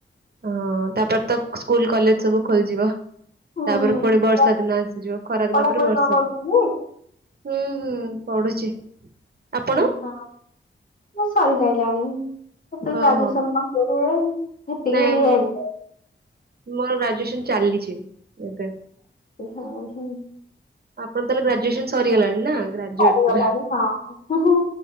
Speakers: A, on the right; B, on the left.
A: ହଁଅଅ ତାପରେ ତ ସ୍କୁଲ କଲେଜ ସବୁ ଖୋଲିଯିବ।
B: ହୁଁ।
A: ତାପରେ ପୁଣି ବର୍ଷା ଦିନ ଆସିଯିବ ଖରା ଦିନ
B: ପଢାପଢି
A: ପରେ ବର୍ଷା
B: କଣ କରୁଛନ୍ତି?
A: ଦିନ ହୁଁ ହୁଁ। ପଢୁଛି। ଆପଣ
B: ହଁ ହଁ ବହୁ ସରି ଖାଇଲାଣି। <inaudible> ସେ ଗ୍ରାଜୁଏସନ
A: ଓହୋ
B: କମ୍ପଲିଟ ହୁଏ ହେପିକିି
A: ନାଇଁ ମୋର ଚାଲିଛି। ଏବେ।
B: ହଁ ହଁ।
A: ଆପଣ ତାହେଲେ ଗ୍ରାଜୁଏସନ ସରିଗଲାଣି ନା। ଗ୍ରାଜୁଏଟ
B: ସରିଗଲାନି
A: ପୁରା
B: ହଁ ହଁ।